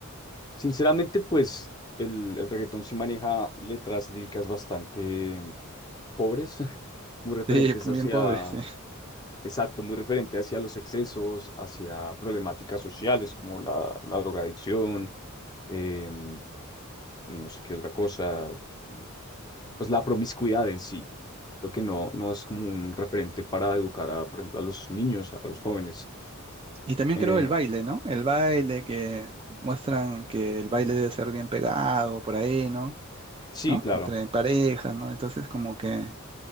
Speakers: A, on the left (about 20°); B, on the right (about 25°).
A: sinceramente, pues el, el reggaetón sí maneja letras líricas bastante pobres, <laughs> muy referentes
B: Sí, bien
A: hacia,
B: pobre, sí.
A: exacto, muy referente hacia los excesos, hacia problemáticas sociales como la, la drogadicción, em, no sé qué otra cosa, eh, pues la promiscuidad en sí. Creo que no, no es como un referente para educar a, por ejemplo, a los niños, a los jóvenes.
B: Y también
A: Eh,
B: creo el baile, ¿no? El baile que muestran que el baile debe ser bien pegado por ahí, ¿no?
A: sí,
B: ¿No?
A: claro.
B: Entre parejas, ¿no? Entonces como que